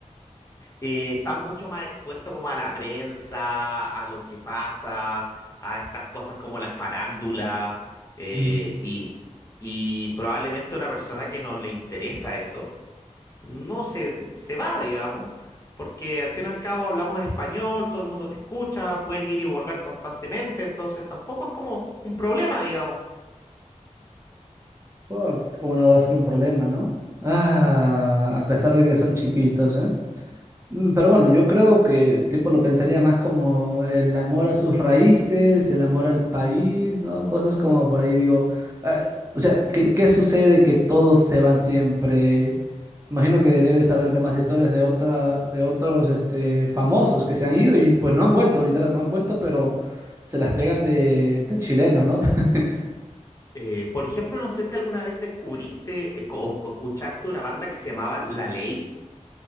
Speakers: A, on the left; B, on the right.
A: eh, están mucho más expuestos como a la prensa, a lo que pasa, a estas cosas como la farándula, eh,
B: Mm.
A: y, y probablemente una persona que no le interesa eso, no se, se va, digamos, porque al fin y al cabo hablamos español, todo el mundo te escucha, puedes ir y volver constantemente, entonces tampoco es como un problema, digamos.
B: Oh, cómo no va a ser un problema, ¿no? Ah, a pesar de que son chiquitos, ¿eh? Mm, Pero bueno, yo creo que tipo lo pensaría más como el amor a sus raíces, el amor al país, ¿no? Cosas como por ahí digo, ah, o sea, ¿qué, qué sucede que todos se van siempre? Imagino que debes saber de más historias de otra, de otros este, famosos que se han ido y pues no han vuelto, literal, no han vuelto, pero se las pegan de, de chilenos, ¿no? <laughs>
A: Eh, por ejemplo, no sé si alguna vez descubriste eh, co- o o escuchaste una banda que se llamaba La Ley.